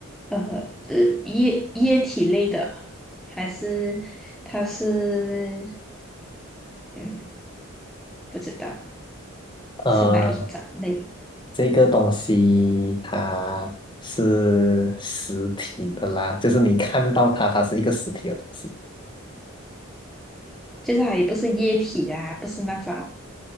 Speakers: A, in the centre; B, on the left (about 20°).
A: 呃呃液液体类的，还是它是嗯不知道
B: 呃，
A: 是哪一种类？
B: 这个东西它是实体的啦，就是你看到它，它是一个实体的东西
A: 就是它也不是液体啊，不是那种